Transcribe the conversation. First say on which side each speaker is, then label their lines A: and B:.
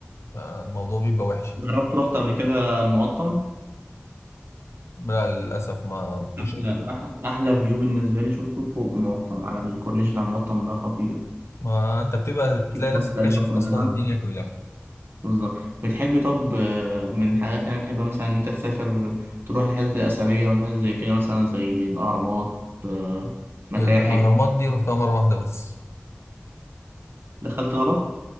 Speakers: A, on the left (about 85°); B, on the right (about 60°).
A: الموضوع بيبقى وحش
B: جربت رحت قبل كده المقطم
A: لا للاسف ما رحتوش
B: أحلى
A: قبل كده
B: أح- أحلى فيو بالنسبة لي شفته فوق المقطم على الكورنيش بتاع المقطم ده خطير
A: ما انت بتبقى
B: شوف
A: تلاقي
B: مصر
A: نفسك
B: القديمة
A: كاشف
B: كلها
A: اصلا الدنيا كلها
B: بالظبط بتحب طب آه، من الحاجات يعني بتحب مثلا إن أنت تسافر تروح الحتت الأثرية والحاجات زي كده مثلا زي الأهرامات آه، متاحف
A: الاهرامات دي رحتها مره واحده بس
B: دخلت الهرم؟